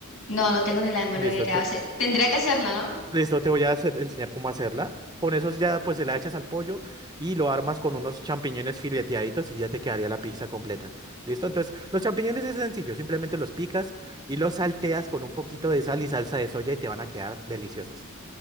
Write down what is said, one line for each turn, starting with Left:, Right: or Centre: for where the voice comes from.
Left: No, no tengo ni la menor
Right: Listo,
Left: idea.
Right: entonces,
Left: O sea,
Right: eh,
Left: tendría que hacerla, ¿no?
Right: listo, te voy a hacer- enseñar cómo hacerla. Con esos ya, pues, se la echas al pollo y lo armas con unos champiñones fileteaditos y ya te quedaría la pizza completa. ¿Listo? Entonces, los champiñones es sencillo, simplemente los picas y los salteas con un poquito de sal y salsa de soya y te van a quedar deliciosos.